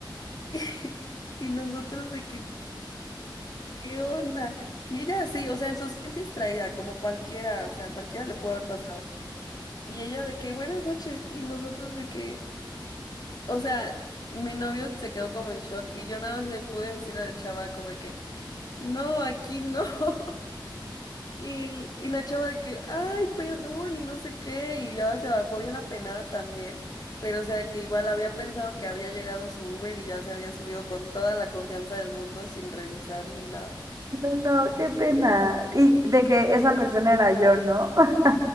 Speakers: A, on the left; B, on the right.
A: <laughs> y, nosotros de que ¿qué onda? Y ella así, o sea, en su siente distraída como cualquiera, o sea, cualquiera le puede haber pasado. Y ella de que buenas noches y nosotros de que O sea, mi novio se quedó como en shock y yo nada más le pude decir a la chava como de que, no, aquí no. <laughs> Y, y la chava de que, ay, perdón y no sé qué. Y ya se bajó bien apenada también. Pero o sea, que igual había pensado que había llegado su Uber y ya se había subido con toda la confianza del mundo sin revisar ni nada.
B: No, no, qué pena. Y de que esa persona era yo, ¿no? <laughs>